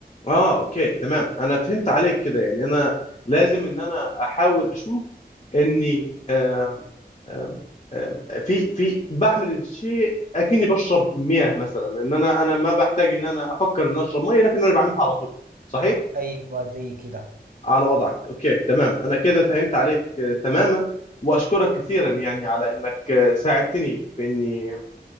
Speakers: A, on the left; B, on the right.
A: اه اوكي تمام انا فهمت عليك كده يعني انا لازم ان انا احاول اشوف اني آم، آم، آم، في في بعمل الشيء اكني بشرب مياه مثلا ان انا انا ما بحتاج ان انا افكر ان اشرب ميه لكن انا بعملها على طول صحيح
B: أيوة زي كده
A: على وضعك اوكي تمام انا كده فهمت عليك آه، تماما واشكرك كثيرا يعني على انك آه، ساعدتني في اني